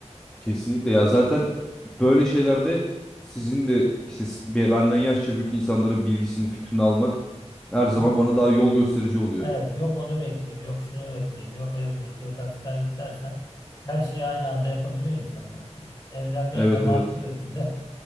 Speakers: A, in the centre; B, on the left (about 30°).
A: Kesinlikle ya zaten böyle şeylerde sizin de işte s- be- benden yaşça büyük insanların bilgisini fikrini almak her zaman
B: Yok.
A: bana daha yol gösterici oluyor.
B: Evet, yok onu bekleyeyim, yok şunu bekleyeyim, yok evlilik, yok askerlik dersen her şeyi aynı anda yapabiliyor insanlar yani. Evlenmeyi
A: Evet
B: de makul
A: evet
B: ölçüde